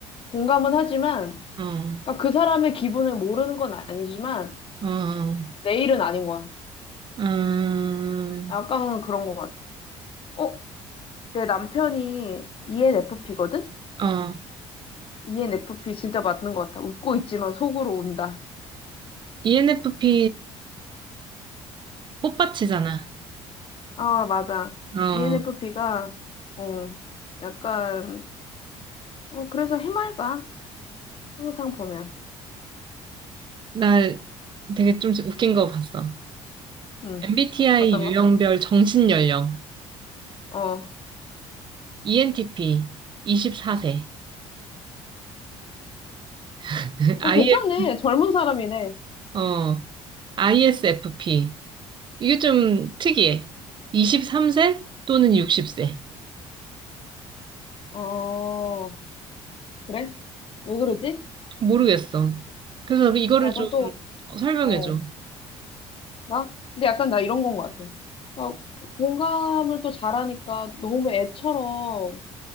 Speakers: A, on the left; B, on the right.
A: 공감은 하지만,
B: 어,
A: 그러니까 그 사람의 기분을 모르는 건 아니지만,
B: 어, 어.
A: 내 일은 아닌 거야.
B: 음,
A: 약간은 그런 것 같아. 어, 내 남편이 ENFP거든?
B: 어,
A: ENFP 진짜 맞는 것 같아. 웃고 있지만 속으로 운다.
B: ENFP 꽃밭이잖아.
A: 아, 맞아.
B: 어,
A: ENFP가, 어, 약간, 어, 그래서 해맑아. 항상 보면.
B: 나 되게 좀 웃긴 거 봤어.
A: 응.
B: MBTI
A: 어떤
B: 유형별
A: 거?
B: 정신연령,
A: 어.
B: ENTP 이십사 세 <laughs>
A: 어, 괜찮네. 젊은 사람이네.
B: IS, ISFP. 이게 좀 특이해. 23세 또는 60세.
A: 어, 그래? 왜 그러지?
B: 모르겠어. 그래서 이거를
A: 약간
B: 좀
A: 또,
B: 설명해줘.
A: 어, 나? 근데 약간 나 이런 건 것 같아. 나 공감을 또 잘하니까 너무 애처럼